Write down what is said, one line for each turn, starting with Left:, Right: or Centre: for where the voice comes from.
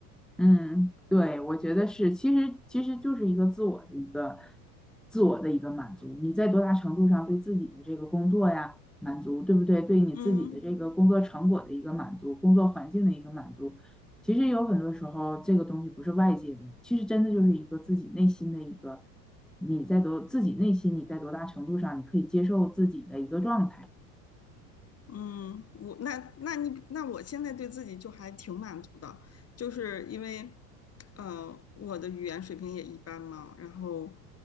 Centre: 嗯，对，我觉得是，其实其实就是一个自我的一个自我的一个满足。你在多大程度上对自己的这个工作呀满足，对不对？对你自己的这个工作成果的一个满足，
Left: 嗯，
Centre: 工作环境的一个满足，其实有很多时候这个东西不是外界的，其实真的就是一个自己内心的一个，你在多自己内心你在多大程度上你可以接受自己的一个状态。
Left: 嗯，我那那你那我现在对自己就还挺满足的，就是因为，呃，我的语言水平也一般嘛，然后